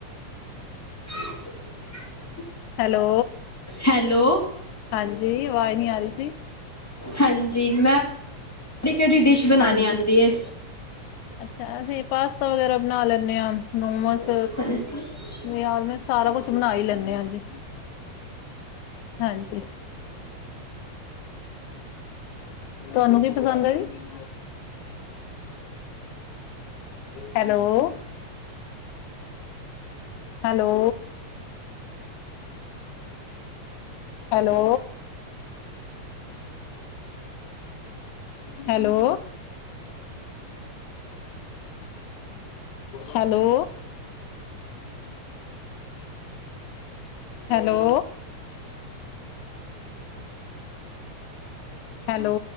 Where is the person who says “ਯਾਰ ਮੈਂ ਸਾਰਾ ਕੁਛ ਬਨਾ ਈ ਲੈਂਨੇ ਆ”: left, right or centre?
Left